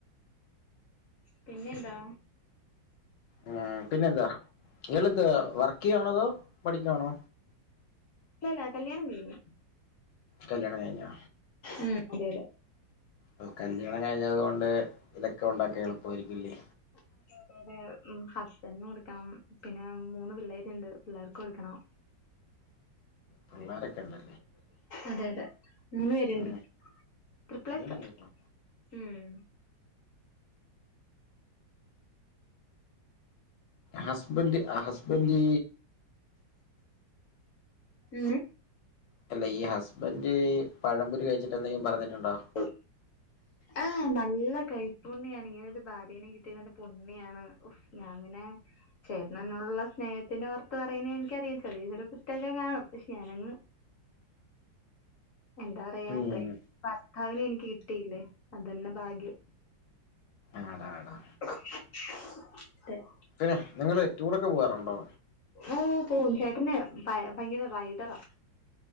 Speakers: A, on the left; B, on the left.
A: പിന്നെ എന്താ
B: ളം പിന്നെന്താ ഇയാൾ എന്താ വർക്ക് ചെയ്യ്വാണോ അതോ പഠിക്കുവാണോ
A: ഇല്ലല്ല കല്യാണം കഴിഞ്ഞു
B: കല്യാണം കഴിഞ്ഞാ
A: ഉം അതെതെ
B: അപ്പ കല്യാണം കഴിഞ്ഞത് കൊണ്ട് ഇതൊക്കെ ഉണ്ടാക്കി എളുപ്പമായിരിക്കുംല്ലേ
A: ആ അതെ ടെ ഹസ്ബൻഡന് കൊടുക്കണം പിന്നെ മൂന്ന് പിള്ളേരുണ്ട് പിള്ളേർക്കും കൊടുക്കണം
B: പിള്ളേരൊക്കെണ്ടോ
A: അതെ അതെ മൂന്ന് പേരുണ്ട്
B: ഉം
A: ട്രിപ്പിൾസ
B: മൂന്ന് പേരുണ്ടോ
A: ഉം
B: ഹസ്ബൻഡ് ഹസ്ബൻഡി
A: ഉം
B: അല്ല ഈ ഹസ്ബൻഡ് പഴംപൊരി കഴിച്ചിട്ട് എന്തെങ്കിലും പറഞ്ഞിട്ടുണ്ടോ
A: ഉ ആ നല്ല കൈപ്പുണ്യാണ് ഇങ്ങനെ ഒരു ഭാര്യനെയും കിട്ടിയത് പുണ്യാണ് ഞാൻ പിന്നെ ചേട്ടന് എന്നോടുള്ള സ്നേഹത്തിന്റെ പുറത്ത് പറയുന്നതാണ് എനിക്കറിയാം ചെറിയ ചെറിയ തെറ്റൊക്കെ കാണും പക്ഷെ ഞാനങ്ങ് എന്താ പറയാ
B: ഉം
A: എത്ര ഭർത്താവിനെ എനിക്ക് കിട്ടിയില്ലേ അതന്നെ ഭാഗ്യം
B: ആടാ ആടാ
A: <inaudible>
B: പിന്നെ നിങ്ങള് ടൂറൊക്കെ പോവാറുണ്ടോ
A: ഏ പൂവും ചേട്ടന് ഭയങ്കര റൈഡറാണ്